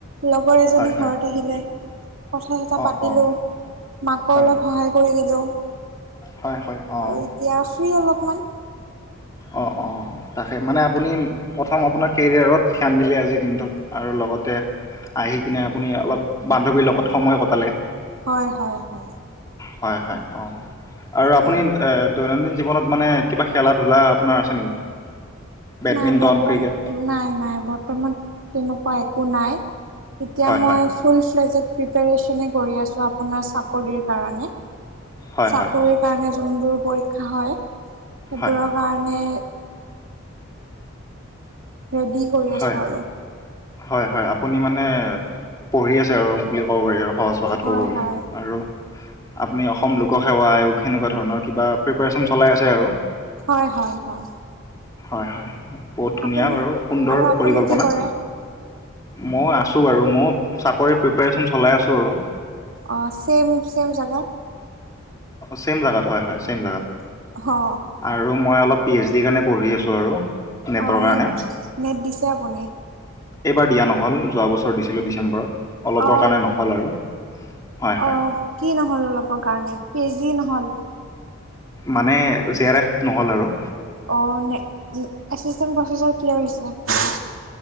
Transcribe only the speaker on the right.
লগৰ এজনী
ঘৰত আহিলে। কথা চথা
পাতিলো
মাকো
অলপ সহায় কৰি দিলোঁ।
আৰু এতিয়া ফ্ৰী অলপমান।
হয় হয় হয়।
তাকে
নাই বৰ্তম
নাই নাই বৰ্তমান তেনেকুৱা একো নাই। এতিয়া
মই
ফুল <unintelligible> প্ৰিপাৰেচনে কৰি আছোঁ, আপুনাৰ চাক কৰিৰ কাৰণে,
চাকৰিৰ
কাৰণে যোনবোৰ পৰীক্ষা হয় সেইবোৰৰ
কাৰণে ৰেডি কৰি আছোঁ
আৰু।
হয়
হয়
হয় হয় হয়।
আপুনি
আৰু আপুনি
কি কৰে
অ', চেম চেম জেগাত।
অ
অ
নেট নেট দিছে আপুনি?
অ
অ', কি নহ'ল অলপৰ কাৰণে পি এইচ ডি নহল?
অ', নে এচিষ্টেণ্ট প্ৰফেচৰ ক্লীয়েৰ হৈছা?